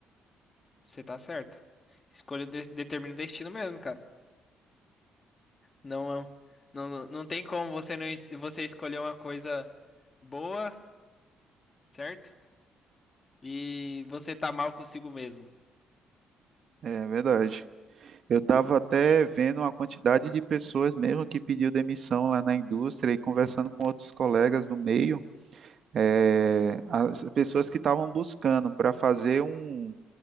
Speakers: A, on the left (about 35°); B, on the right (about 55°).
A: Você tá certo. Escolha de- determina o destino mesmo, cara. Não, não, não tem como você não es- você escolher uma coisa boa, certo? E você tá mal consigo mesmo.
B: É verdade. Eu estava até vendo a quantidade de pessoas mesmo que pediu demissão lá na indústria e conversando com outros colegas do meio. é, as pessoas que estavam buscando para fazer um,